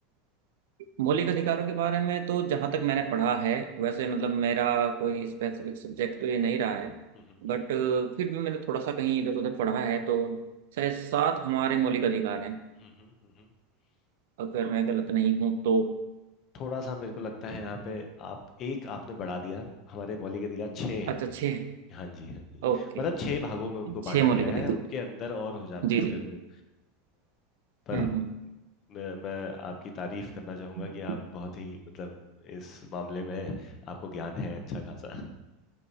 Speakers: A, on the right; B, on the left.
A: मौलिक अधिकारों के बारे में तो जहाँ तक मैंने पढ़ा है वैसे मतलब मेरा कोई स्पेसिफिक सब्जेक्ट तो ये नहीं रहा है
B: हम्म
A: बट
B: हम्म
A: फिर भी मैंने थोड़ा सा कहीं इधर उधर पढ़ा है तो शायद सात हमारे मौलिक अधिकार हैं
B: हम्म हम्म हम्म हम्म,
A: अगर
B: हम्म।
A: मैं गलत नहीं हूँ तो
B: थोड़ा सा मेरे को लगता है यहाँ पे आप एक आपने बढ़ा दिया हमारे मौलिक अधिकार छः हैं
A: अच्छा छः
B: हाँ जी हाँ जी
A: ओके
B: मतलब छह भागों में उनको बांटा
A: छः मौलिक
B: गया
A: अधिकार
B: है उनके अंदर और हो जाते
A: जी
B: हैं फिर
A: जी
B: वो अ, पर
A: हम्म
B: मैं मैं आपकी तारीफ करना चाहूंगा
A: हम्म
B: कि आप बहुत ही मतलब इस मामले में आपको ज्ञान है अच्छा खासा